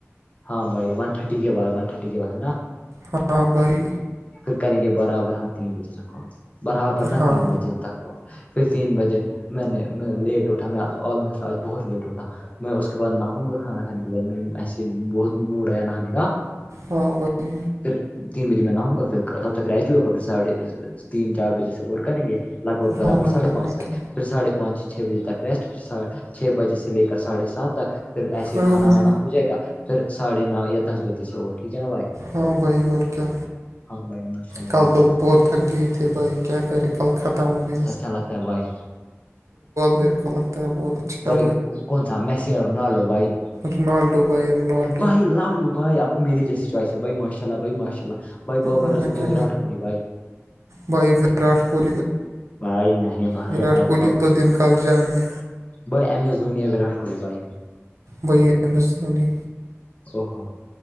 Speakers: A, on the left; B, on the right.
A: ہاں بھائی ون تھرٹی کے بعد ون تھرٹی کے بعد ہے نا
B: ہاں بھائی
A: پھر کریں گے برابر ہم تین بجے تک ہو برابر نا
B: ہاں
A: تین بجے تک پھر تین بجے میں نے لیٹ اٹا میں آلموسٹ آج بہت لیٹ اٹھا میں اس کے بعد نہاؤں گا کھانا کھانے کے بعد مے ایسے بہت موڈ آیا نہانے کا
B: ہاں بھائی
A: خھر تین بجے میں نہ ہوں گا پھر تب تک ریجوی ہوگا پھر ساڑھے تین چار بجے سے اور کریں گے لگ بھگ برابر
B: ہاں بھائی
A: سھے
B: اللہ
A: پانچ تک
B: کے
A: پھراڑھے پانچ چھ بجے تک ریسٹ پ چھ بجے سے لے کر ساھے سات تک پھر ایسے
B: ہاں
A: کھانا
B: بھائی
A: وانا ہو جائے گا پھر ساڑھے نو یا دس بجے سے اور ٹھیک ہے نا بھائی
B: ہاں بھائی اور کیا؟
A: ہاں بھائی ماشاء اللہ
B: کل
A: بھائی ماشاء
B: تو
A: اللہ
B: بہت تھک گئے تھے بھائی کیا کرے کل ختم ہو گیا
A: چلاات بائی
B: میرے کو لگتا ہے بہت اچھا
A: بھائی کون سا میسیر نالو بھائی
B: رونالڈو بھائی رونالڈو
A: بھائی لو یو بھائی آپ کو میری جیسی چوائس ہے بھائی ماشاء اللہ بھائی ماشاء اللہ بھائی بابر
B: اور
A: اعظم
B: نے
A: ہے
B: کیا
A: وراٹ کوہلی بھائی
B: بائی بائی کو
A: بھائی نہیں بھائی
B: وراٹ
A: آئی
B: کوہلی
A: لو
B: تو دن کال جان ہے
A: بھائی ایم ایس دھویاورٹ کوہلی بھائی
B: وہائی ایم ایس دھونی
A: او ہو